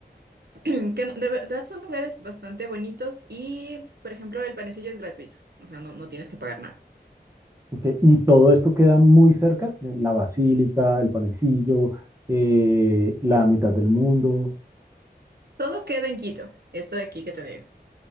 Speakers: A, on the right; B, on the right.
A: <clears throat> que no- de verdad son lugares bastante bonitos y, por ejemplo, el Panecillo es gratuito, o sea, no, no tienes que pagar nada.
B: Ok, Y todo esto queda muy cerca, la Basílica, el Panecillo, eh, la mitad del mundo.
A: Todo queda en Quito, esto de aquí que te digo.